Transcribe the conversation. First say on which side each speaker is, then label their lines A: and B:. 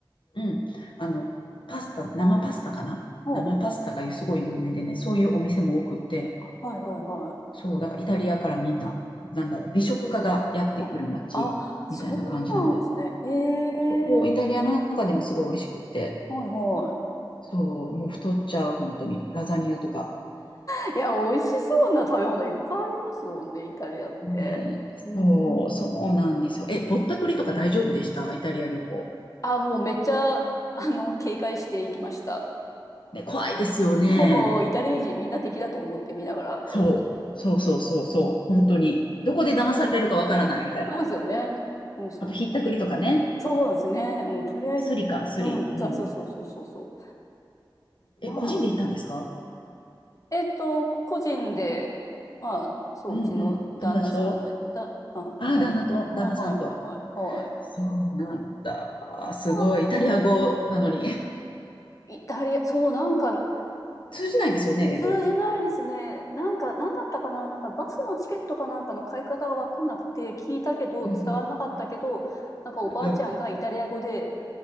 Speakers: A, on the left; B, on the left.
A: うん。あの、パスタ、生パスタかな生パスタがすごい有名でね、
B: うん。
A: そういうお店も多くって、
B: あ、はいはいはい。
A: そう、だからイタリアからみんな、なんだろう、美食家がやってくる街みたいな感じなんで、
B: うんあ、そうなんですね。ええ
A: そう、イタリアの中でもすごい美味しくって、
B: はいは
A: そう、もう太っちゃう、本当に。ラザニアとか。
B: い。<laughs> いや、美味しそうな食べ物いっぱいありますもんね、イタリアって。
A: ねえ、
B: うん。
A: そう、そうなんですよ。え、ぼったくりとか大丈夫でしたイタリア旅行。
B: あ、もうめっちゃ、あの、警戒していきました。
A: ね、怖いですよね。
B: おーイタリア人みんな敵だと思って見ながら。
A: そう。そうそうそうそう。本当に。どこで騙されるかわからないみたいな。
B: うん。そうですよね。うん、そうそう。
A: あと、ひったくりとかね。
B: そうなんですね。もうとりあえず、
A: スリか、スリ。
B: うん、
A: うん。
B: そうそうそうそうそうそう。
A: え、
B: まあ、
A: 個人で行ったんですか
B: えっと、個人で、まあ、そう、
A: うんうん。
B: うちの旦那さんと、
A: 友達と
B: だ、あ、
A: ああ、
B: 旦那さんと、
A: 旦那と、
B: はいはいはいはい、
A: 旦那さんと。
B: はい。
A: そうなんだ。あーすごい。
B: そう、
A: イタリア語なのに。
B: うん、
A: <laughs>
B: イタリア、そう、なんか、
A: 通じないですよね、
B: 通じないですね。
A: 英語。
B: なんか、なんだったかな、なんかバスのチケットかなんかの買い方が分かんなくて、聞いたけど、
A: うん
B: 伝わんなかったけど、なんかおばあちゃんがイタリア語で
A: うん。うん。す